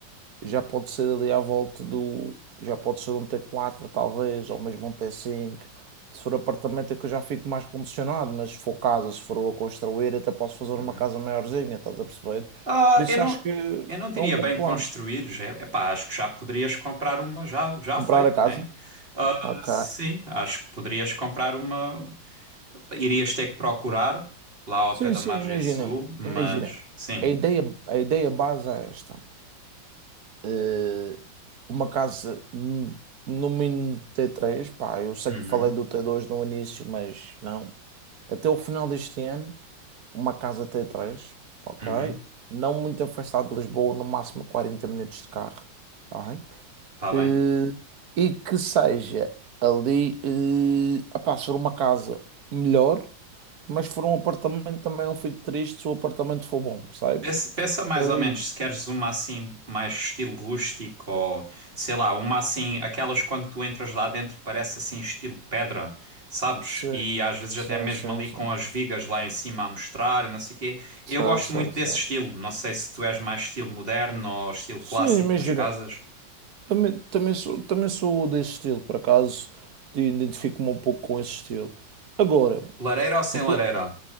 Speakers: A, on the right; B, on the right.
A: já pode ser ali à volta do. Já pode ser um t quatro talvez, ou mesmo um t cinco Se for apartamento é que eu já fico mais condicionado, mas se for casa, se for eu a construir, até posso fazer
B: Uhum.
A: uma casa maiorzinha, estás a perceber?
B: Ah,
A: Por isso
B: eu não,
A: acho que
B: eu não diria
A: é um bom
B: bem
A: plano.
B: construídos, é, epá, acho que já poderias comprar uma já, já
A: Comprar
B: feita,
A: a casa?
B: né? Ah,
A: Ok.
B: sim, acho que poderias comprar uma, Irias ter que procurar lá ao
A: Sim,
B: pé da
A: sim,
B: margem
A: imagina.
B: sul, mas
A: Imagina.
B: sim.
A: A ideia, a ideia base é esta. Eh, uma casa hum, no mínimo t três pá, eu sei
B: Uhum,
A: que falei do t dois no início, mas não. Até o final deste ano, uma casa t três ok?
B: uhum,
A: Não muito afastado de Lisboa, no máximo 40 minutos de carro, tá bem?
B: tá
A: Eh,
B: bem.
A: E, que seja ali, eh, apá, se for uma casa melhor, mas se for um apartamento também não fico triste se o apartamento for bom, percebes?
B: Pensa, pensa mais
A: É ali,
B: ou menos se queres uma assim, mais estilo rústico ou sei lá, uma assim, aquelas quando tu entras lá dentro parece assim, estilo pedra, sabes?
A: sim,
B: E às vezes
A: sim,
B: até mesmo
A: sim,
B: ali
A: sim.
B: com as vigas lá em cima a mostrar e não sei o quê.
A: Sim,
B: Eu gosto
A: sim,
B: muito desse
A: sim.
B: estilo. Não sei se tu és mais estilo moderno ou estilo clássico
A: Sim, imagina.
B: nas casas.
A: Também, também sou, também sou desse estilo, por acaso te- identifico-me um pouco com esse estilo. Agora,
B: Lareira ou sem
A: o que
B: lareira?
A: eu-